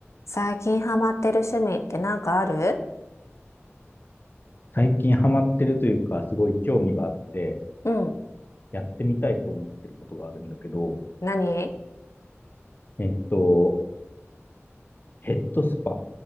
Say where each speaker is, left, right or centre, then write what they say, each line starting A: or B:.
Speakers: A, on the left (about 80°); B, on the left (about 45°).
A: 最近ハマってる趣味ってなんかある
B: 最近ハマってるというか、すごい興味があって、
A: うん。
B: やってみたいと思ってることがあるんだけど、
A: 何
B: えっと、ヘッドスパ